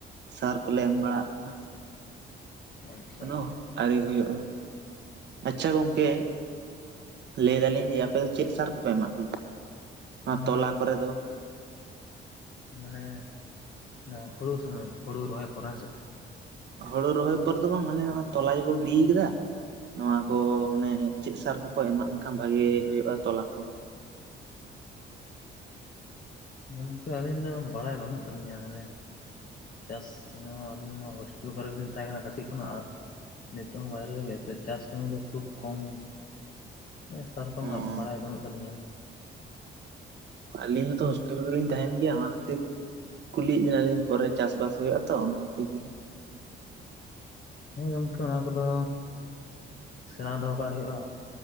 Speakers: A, on the right; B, on the left.
A: ᱥᱟᱨ ᱠᱚᱞᱮ
B: ᱟᱪᱪᱷᱟ
A: ᱮᱢ ᱵᱟᱲᱟᱜ ᱠᱟᱱᱟ ᱾
B: ᱟᱪᱪᱷᱟ
A: ᱠᱳᱱᱳ ᱟᱹᱨᱤ ᱦᱩᱭᱩᱜᱼᱟ ᱟᱪᱪᱷᱟ ᱜᱚᱝᱠᱮ ᱞᱟᱹᱭ ᱫᱟᱞᱤᱧ ᱡᱮ ᱟᱯᱮ ᱫᱚ ᱪᱮᱫ ᱥᱟᱨ ᱠᱚᱯᱮ ᱮᱢᱟᱜ ᱜᱮᱭᱟ ᱚᱱᱟ
B: ᱦᱮᱸ
A: ᱛᱚᱞᱟ ᱠᱚᱨᱮ ᱫᱚ?
B: ᱢᱟᱱᱮ ᱱᱚᱣᱟ ᱦᱩᱲᱩ ᱥᱚᱢᱚᱭ ᱦᱩᱲᱩ ᱨᱚᱦᱚᱭ ᱯᱚᱨᱮ ᱦᱮᱸ ᱥᱮ
A: ᱦᱳᱲᱩ ᱨᱚᱦᱚᱭ ᱯᱚᱨᱮ ᱫᱚ ᱵᱟᱝ ᱢᱟᱱᱮ ᱱᱚᱣᱟ ᱛᱚᱞᱟ ᱡᱮᱵᱚ ᱜᱤᱰᱤᱭ ᱠᱟᱫᱟ ᱾ ᱱᱚᱣᱟ ᱠᱚ ᱢᱟᱱᱮ ᱪᱮᱫ ᱥᱟᱨ ᱠᱚᱠᱚ ᱮᱢᱟᱜ ᱠᱷᱟᱱ ᱵᱷᱟᱜᱤ ᱦᱩᱭᱩᱜᱼᱟ ᱛᱚᱞᱟ ᱠᱚ?
B: ᱜᱚᱢᱠᱮ ᱟᱹᱞᱤᱧ ᱫᱚ ᱵᱟᱲᱟᱭ ᱵᱟᱹᱱᱩᱜ ᱛᱟᱹᱞᱤᱧᱟ ᱢᱟᱱᱮ ᱪᱟᱥ ᱱᱚᱣᱟ ᱟᱹᱞᱤᱧ ᱢᱟ ᱦᱳᱥᱴᱮᱞ ᱠᱚᱨᱮ ᱜᱮᱞᱤᱧ ᱛᱟᱦᱮᱸ ᱠᱟᱱᱟ ᱠᱟᱹᱴᱤᱡ ᱠᱷᱚᱱᱟᱜ ᱟᱨ ᱱᱤᱛᱚᱜ ᱦᱚᱸ ᱵᱟᱭᱨᱮ ᱨᱮᱜᱮ ᱛᱚ ᱪᱟᱥ ᱠᱟᱹᱢᱤ ᱫᱚ ᱠᱷᱩᱵ ᱠᱚᱢ ᱾ ᱥᱟᱨ ᱠᱚ ᱨᱮᱱᱟᱜ
A: ᱚᱸ
B: ᱵᱟᱲᱟᱭ ᱵᱟᱱᱩᱜ ᱛᱟᱞᱤᱧᱟ ᱾
A: ᱟᱹᱞᱤᱧ ᱦᱚᱸᱛᱚ ᱦᱳᱥᱴᱮᱞ ᱨᱮᱞᱤᱧ ᱛᱟᱦᱮᱱ ᱜᱮᱭᱟ ᱚᱱᱟ ᱠᱷᱟᱹᱛᱤᱨ ᱠᱩᱞᱤᱭᱮᱫ ᱵᱮᱱᱟᱞᱤᱧ ᱯᱚᱨᱮ ᱪᱟᱥᱵᱟᱥ ᱦᱩᱭᱩᱜᱼᱟ ᱛᱚ ᱚᱱᱟ ᱠᱷᱟᱹᱛᱤᱨ ᱜᱮ ᱾
B: ᱦᱮᱸ ᱜᱚᱢᱠᱮ ᱚᱱᱟ ᱠᱚᱫᱚ ᱥᱮᱬᱟ ᱫᱚᱦᱚ ᱠᱟᱜ ᱦᱩᱭᱩᱜᱼᱟ